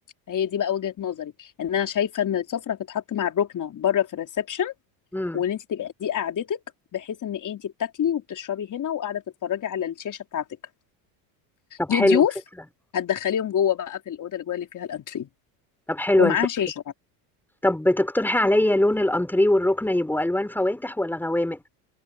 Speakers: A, on the left (about 40°); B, in the centre.
A: هي دي بقى وجهة نظري ان انا شايفه ان السفره تتحط مع الركنه بره في الريسبشن
B: امم
A: وان انت تبقى دي قعدتك بحيث ان انت بتاكلي وبتشربي هنا وقاعده تتفرجي على الشاشه بتاعتك
B: طب حلو
A: جه ضيوف
B: فكرة
A: هتدخليهم جوه بقى في الاوضه اللي جوه اللي فيها الانتريه
B: طب حلوة
A: ومعاه
B: الفكرة
A: شاشه
B: طب بتقترحي عليا لون الانتريه والركنة يبقوا الوان فواتح ولا غوامق